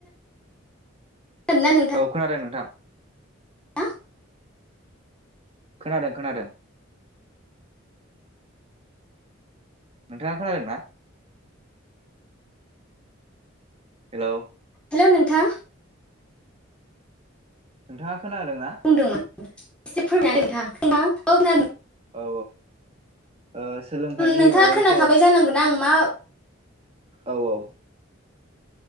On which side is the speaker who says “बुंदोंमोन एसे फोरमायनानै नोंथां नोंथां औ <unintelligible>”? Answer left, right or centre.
Centre